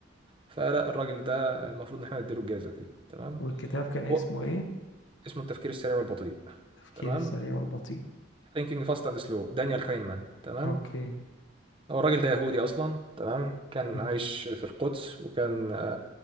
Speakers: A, on the right (about 25°); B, on the left (about 70°).
A: فلا الراجل ده المفروض ان احنا نديله الجائزة دي تمام
B: والكتاب كان اسمه
A: و-
B: ايه؟
A: اسمه التفكير السريع والبطيء
B: التفكير
A: تمام
B: السريع والبطيء
A: ثينكينج فاست اند سلو دانيال كاينمان تمام
B: اوكي
A: هو الراجل ده يهودي اصلا تمام كان
B: مم.
A: عايش في القدس وكان آه،